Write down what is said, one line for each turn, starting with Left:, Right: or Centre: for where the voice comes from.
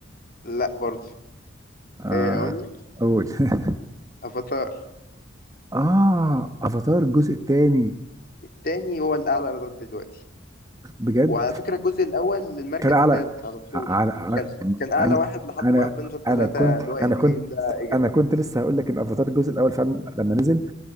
Left: لا برضه
Right: آه
Left: ايه اقول لك
Right: اول <laughs>
Left: افاتار
Right: اه افاتار الجزء الثاني
Left: التاني هو الاعلى ايرادات دلوقتي
Right: بجد
Left: وعلى فكرة الجزء الأول للمركز
Right: كان على
Left: الثالث على طول
Right: على على-
Left: كان كان أعلى
Right: انا
Left: واحد لحد
Right: انا
Left: ما افنجر
Right: انا
Left: 3
Right: كنت
Left: اللي هو إند
Right: انا كنت
Left: جيم ده إجا
Right: انا كنت لسه هقول لك ان افاتار الجزء الاول فعلا لما نزل